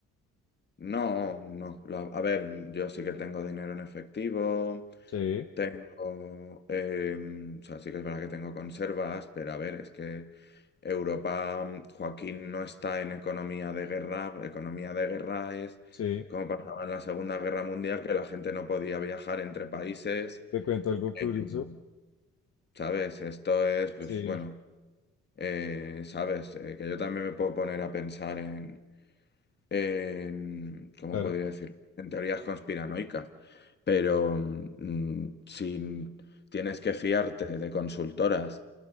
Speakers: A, on the left; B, on the left.
A: No, no. la- a ver, yo sí que tengo dinero en efectivo,
B: Sí,
A: tengo, em, o sea, sí que es verdad que tengo conservas, pero a ver, es que Europa, mm, Joaquín no está en economía de guerra. Economía de guerra es
B: sí.
A: como pasaba en la Segunda Guerra Mundial, que la gente no podía viajar entre países.
B: Te cuento algo curioso.
A: Mm. ¿Sabes? Esto es, pues
B: Sí,
A: bueno, eh, ¿sabes? Eh, que yo también me puedo poner a pensar en, en, ¿cómo
B: claro.
A: podría decir? En teorías conspiranoicas, pero mm, si tienes que fiarte de consultoras